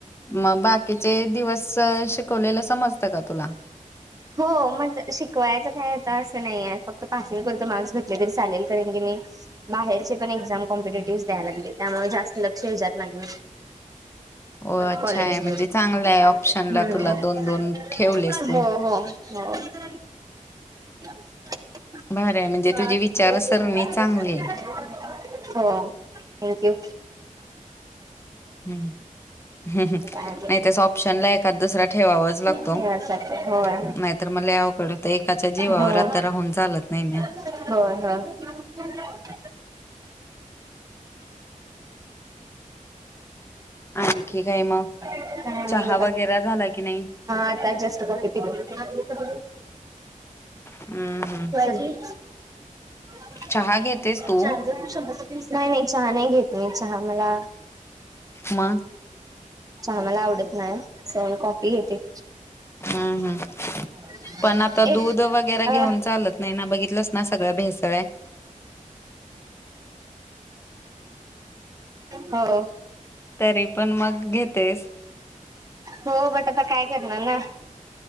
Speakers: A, on the left; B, on the right.
A: मग बाकीचे दिवस शिकवलेलं समजतं का तुला?
B: हो मग शिकवायचं काय आता असं नाहीे आहे. फक्त पासिंग पुरत मार्क्स भेटले तरी चालेल कारण की मी बाहेरचे पण एक्झाम कॉम्पिटेटिव्ह द्याय लागले त्यामुळे जास्त लक्ष हे जात नाही.
A: हो अच्छा
B: कॉलेज
A: आहे म्हणजे
B: मध्ये
A: चांगला आहे ऑप्शनला
B: हम्म
A: तुला दोन दोन ठेवलेस तू
B: हो हो हो <unintelligible>
A: भारी आहे म्हणजे तुझी विचारसरणी चांगली आहे
B: <inaudible> हो थँक्यू
A: हम्म ह् नाही
B: चालेल
A: तस ऑप्शनला एखाद दुसरा ठेवावाच लागतो
B: खेळासाठी
A: नाहीतर
B: होय
A: मग लय अवघड एकाच्या जीवावर
B: होय
A: आता राहून चालत नाही न,
B: होय होय ह <unintelligible> <inaudible>
A: आणखी काय मग?
B: काय नाही
A: चहा
B: बघा
A: वगैरे झाला की नाही
B: आता जस्ट क्वाफी पिली.
A: हम्म हम्म
B: जी <unintelligible>
A: चहा घेतेस तू
B: <inaudible> चहा नसते पित नाहीही नाही चहा नाही. नाही घेत मी चहा मला
A: मग
B: चहा मला आवडत नाही मी कॉफी घेते.
A: हम्म हम्म
B: <unintelligible>
A: पण आता
B: <inaudible> एक
A: दूध वगैरे घेऊन
B: अ
A: चालत नाही ना बघितलंस ना सगळं भेसळ आहे.
B: हो <unintelligible> <inaudible> हो
A: तरी पण मग घेतेस.
B: हो बट आता काय करणार ना,